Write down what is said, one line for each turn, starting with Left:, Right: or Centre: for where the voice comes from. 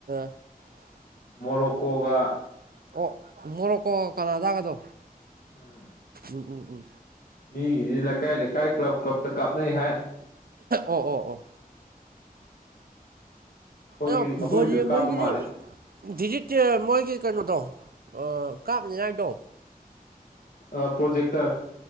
Right: <inaudible>
Left: ꯃꯣꯔꯣꯛꯀꯣꯒ
Right: ꯑꯣ ꯃꯣꯔꯣꯛꯀꯣ ꯀꯅꯥꯗꯥꯒꯗꯣ
Left: ꯎꯝ
Right: ꯎꯝ ꯎꯝ ꯎꯝ
Left: ꯃꯤꯒꯤꯗꯤ ꯂꯩꯀꯥꯏ ꯂꯩꯀꯥꯏ ꯀ꯭ꯂꯕ ꯀ꯭ꯂꯞꯇ ꯀꯥꯞꯅꯩ ꯍꯥꯏ
Right: ꯑꯣ ꯑꯣ ꯑꯣ
Left: ꯑꯩꯈꯣꯏꯒꯤ
Right: ꯑ
Left: ꯑꯩꯈꯣꯏꯒꯤꯁꯨ
Right: ꯕꯣꯟ ꯌꯦꯡꯕꯣꯏꯒꯤꯗꯤ
Left: ꯀꯥꯞꯄ ꯃꯥꯜꯂꯤ
Right: ꯤꯖꯤꯠ ꯃꯣꯏꯒꯤ ꯀꯩꯅꯣꯗꯣ ꯑ ꯀꯥꯞꯅꯤꯡꯉꯥꯏꯗꯣ
Left: ꯑ ꯄ꯭ꯔꯣꯖꯦꯛꯛꯇꯛꯇꯔ